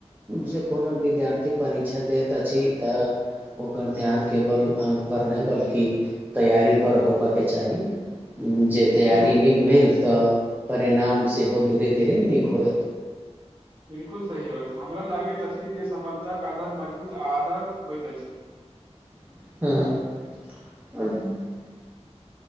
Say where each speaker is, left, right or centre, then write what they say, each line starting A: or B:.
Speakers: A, on the right; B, on the right.
A: जे कोनो विद्यार्थी परीक्षा दैत अछि तऽ ओकर ध्यान केवल अंकपर नहि बल्कि तैयारीपर होबअके चाही जे तैयारी
B: बिलकुल
A: नीक भेल तऽ परिणाम सेहो धीरे धीरे धीरे नीक होयत
B: बिलकुल सही बात हमरा लागैत अछि जे सफलताके आधार मजबूत आदत होइत अछि <inaudible>
A: हँ